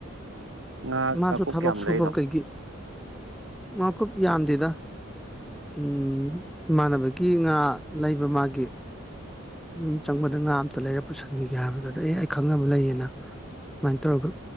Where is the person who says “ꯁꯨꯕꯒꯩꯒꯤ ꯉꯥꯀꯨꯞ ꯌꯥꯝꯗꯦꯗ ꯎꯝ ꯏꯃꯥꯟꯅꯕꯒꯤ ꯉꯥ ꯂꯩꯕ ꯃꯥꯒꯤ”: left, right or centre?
Centre